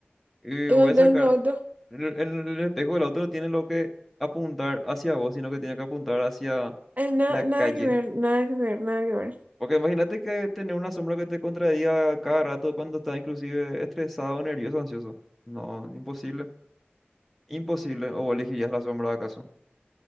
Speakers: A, in the centre; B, on the right.
A: y
B: y
A: voy
B: cuando
A: a sacar.
B: estás en tu auto.
A: El, el- el espejo del auto no tiene lo que apuntar hacia vos, sino que tiene que apuntar hacia
B: Ay, na-
A: la calle.
B: nada que ver, nada que ver, nada que ver.
A: Porque imagínate que tener una sombra que te contradiga cada rato cuando estás inclusive estresado, nervioso, ansioso. No, imposible. Imposible. ¿O elegirías la sombra acaso?